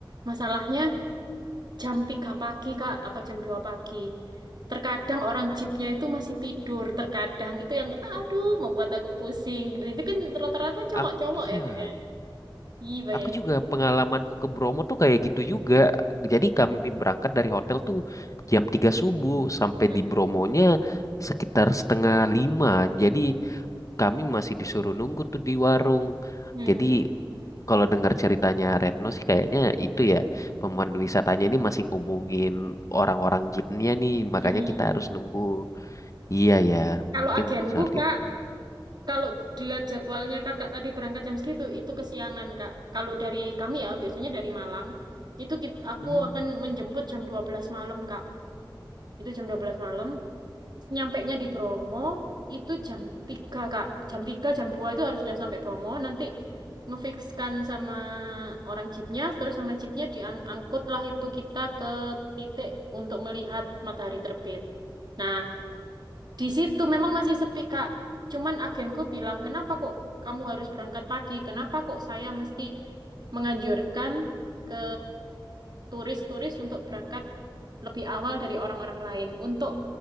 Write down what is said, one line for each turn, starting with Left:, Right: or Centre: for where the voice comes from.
Right: masalahnya jam 3 pagi Kak apa jam dua pagi terkadang orang jeepnya itu masih tidur terkadang itu yang aduh membuat aku pusing Dan itu kan rata-rata cowok-cowok
Left: aku iya
Right: ya Kak ya
Left: ya
Right: iya bayangin
Left: aku juga pengalamanku ke Bromo tuh kayak gitu juga jadi kami berangkat dari hotel tuh jam 3 subuh sampai
Right: Mm-mm.
Left: di Bromonya sekitar setengah lima jadi kami masih disuruh nunggu tuh di warung
Right: Hmm.
Left: jadi kalau dengar ceritanya Retno sih kayaknya itu ya pemandu wisatanya ini masih ngubungin orang-orang jeepnya nih makanya
Right: Mm-mm.
Left: kita harus nunggu iya ya
Right: Kalau
Left: mungkin
Right: agenku
Left: seperti
Right: Kak,
Left: itu
Right: kalau dilihat jadwalnya Kakak tadi berangkat jam segitu, itu kesiangan Kak. Kalau dari kami ya, biasanya dari Malang, itu kit- aku
Left: hmm.
Right: akan menjemput jam 12 malam Kak. Itu jam 12 malam, nyampainya di Bromo, itu jam tiga Kak. Jam 3, jam 2 itu harus sudah sampai Bromo, nanti ngefikskan sama orang jeepnya, terus sama jeepnya diangkutlah itu kita ke titik untuk melihat matahari terbit. Nah, Di situ memang masih sepi, Kak. Cuman agenku bilang, kenapa kok kamu harus berangkat pagi? Kenapa kok saya mesti menganjurkan ke turis-turis untuk berangkat lebih awal dari orang-orang lain untuk